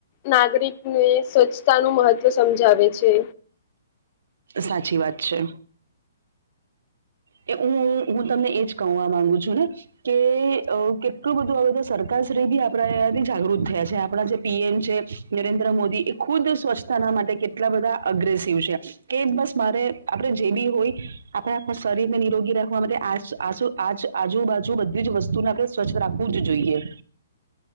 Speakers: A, on the left (about 40°); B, on the right (about 75°).
A: નાગરિકને સ્વચ્છતા નું મહત્વ સમજાવે છે.
B: સાચી વાત છે. એ હું હું તમને એજ કહવા માંગુ છું, ને કે કેટલું બધું હવેતો સરકારશ્રી બી આપણા એથી જાગૃત થયા છે, આપણા જે પીએમ છે. નરેન્દ્ર મોદી એ ખુદ સ્વચ્છતાના માટે, કેટલા બધા અગ્રેસિવ છે. કે બસ મારે આપડે જે બી હોય આપડ. શરીર ને નિરોગી રાખવા માટે, આ આજુબાજુ બધી જ વસ્તુને આપણે સ્વચ્છ રાખવું જ જોઈએ.